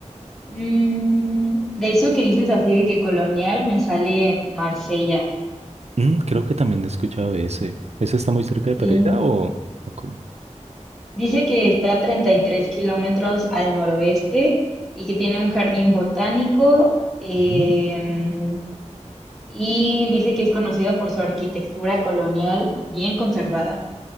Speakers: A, in the centre; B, on the right.
A: mm, de eso que dices así de que colonial me sale Marsella,
B: Mm, creo que también he escuchado ese. ¿Ese está muy cerca de
A: sí.
B: Pereira o, o cómo?
A: Dice que está a 33 kilómetros al noroeste y que tiene un jardín botánico. em,
B: Ujú,
A: y dice que es conocida por su arquitectura colonial bien conservada.